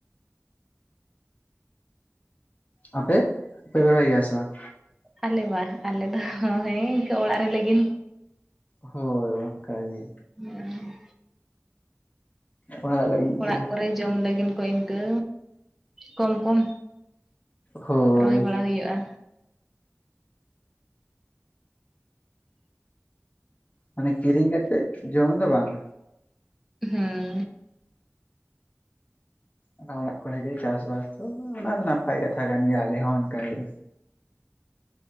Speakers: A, on the left; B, in the centre.
A: ᱟᱯᱮ ᱟᱯᱮ ᱯᱮ ᱨᱚᱦᱚᱭ ᱜᱮᱭᱟ ᱥᱮ ᱵᱟᱝ?
B: ᱟᱞᱮ ᱵᱟᱝ ᱟᱞᱮ ᱫᱚ ᱦᱮᱸ ᱤᱱᱠᱟᱹ ᱚᱲᱟᱜ ᱨᱮ ᱞᱟᱹᱜᱤᱱᱫ᱾
A: ᱦᱳᱭ ᱚᱱᱠᱟ ᱜᱮ᱾
B: ᱦᱩᱹ᱾
A: ᱚᱲᱟᱜ ᱞᱟᱹᱜᱤᱫ?
B: ᱚᱲᱟᱜ
A: ᱜᱮ
B: ᱠᱚᱨᱮ ᱡᱚᱢ ᱞᱟᱹᱜᱤᱱ ᱠᱚ ᱤᱱᱠᱟᱹ ᱠᱚᱢ ᱠᱚᱢ᱾
A: ᱦᱳᱭ
B: ᱨᱚᱦᱚᱭ ᱵᱟᱲᱟ ᱦᱩᱭᱩᱜᱼᱟ᱾
A: ᱢᱟᱱᱮ ᱠᱤᱨᱤᱧ ᱠᱟᱛᱮᱜ ᱡᱚᱢ ᱫᱚ ᱵᱟᱝ?
B: ᱦᱮᱸ᱾
A: ᱟᱫᱷᱚ ᱚᱲᱟᱜ ᱠᱚᱨᱮ ᱜᱮ ᱪᱟᱥᱵᱟᱥ ᱛᱚ ᱚᱱᱟ ᱫᱚ ᱱᱟᱯᱟᱭ ᱠᱟᱛᱷᱟ ᱠᱟᱱ ᱜᱮᱭᱟ ᱟᱞᱮ ᱦᱚᱸ ᱚᱱᱠᱟᱜᱮ᱾